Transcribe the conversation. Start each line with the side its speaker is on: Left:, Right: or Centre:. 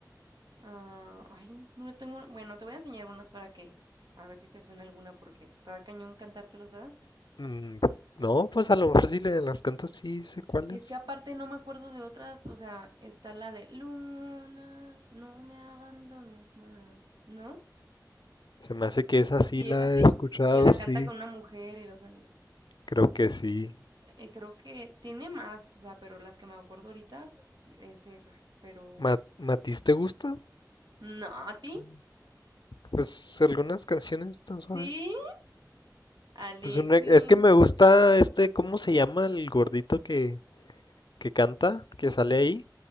Right: ah, ay, no no tengo... Bueno, te voy a enseñar unas para que... A ver si te suena alguna porque está cañón cantártelas, ¿verdad?
Left: Mm, No, pues a lo mejor si le- las cantas sí sé cuáles.
Right: Es que aparte no me acuerdo de otras, o sea, está la de Luna, no me abandones más, ¿no?
Left: Se me hace que esa sí
Right: Sí,
Left: la
Right: es así,
Left: he escuchado,
Right: que la canta
Left: sí.
Right: con una mujer y, o sea,
Left: Creo que sí.
Right: Eh, creo que tiene más, o sea, pero las que me acuerdo ahorita es esa, pero
Left: Ma- ¿Matiz te gusta?
Right: no, ¿a ti?
Left: Mm. Pues algunas canciones tan suaves.
Right: Sí, Alexis,
Left: Pues una- es que me gusta este, ¿cómo se llama el gordito que... que canta, que sale ahí,